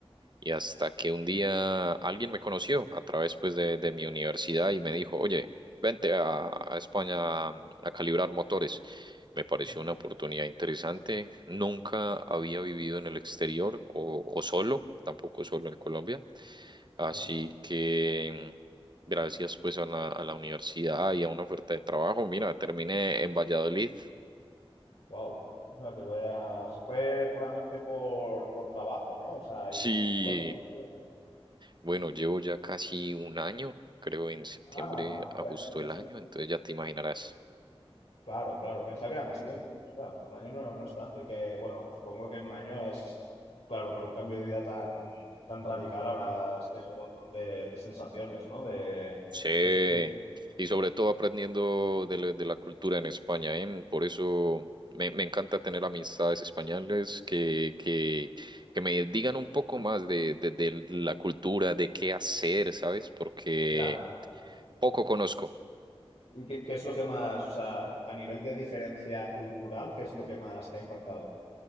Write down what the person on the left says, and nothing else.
Ajá.
Ya.
Wow. O sea, que vaya, se fue puramente por, por trabajo, ¿no? O sea,
¿y cuánto tiempo llevas ahora?
Ah, bueno,
no
es
tanto.
Claro, claro, pensaba que era más tiempo. Claro, pues un año no, no es tanto y que, bueno, supongo que en un año has, claro, con un cambio de vida tan, tan radical habrás tenido un montón de, de sensaciones, ¿no? De
exper-
Ya.
¿Y qué, qué es lo que más, o sea, a nivel de diferencia cultural, qué es lo que más te ha impactado?